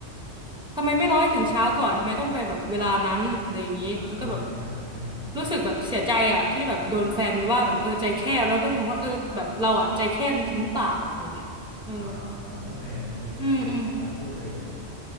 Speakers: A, in the centre; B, on the right.
A: ทำไมไม่รอให้ถึงเช้าก่อนทำไมต้องไปแบบเวลานั้นอะไรอย่างงี้มันก็แบบ
B: อ่าโอเคเข้าใจเข้าใจ
A: รู้สึกแบบเสียใจอ่ะที่แบบโดนแฟนว่าแบบเออใจแคบแล้วก็งงว่าเออแบบเราอ่ะใจแคบจริงๆหรือเปล่าอะไรอย่างเงี้ยเออ
B: อ่าโอเคมันเป็นเฟสของการโทษตัวเอง
A: อืมอืม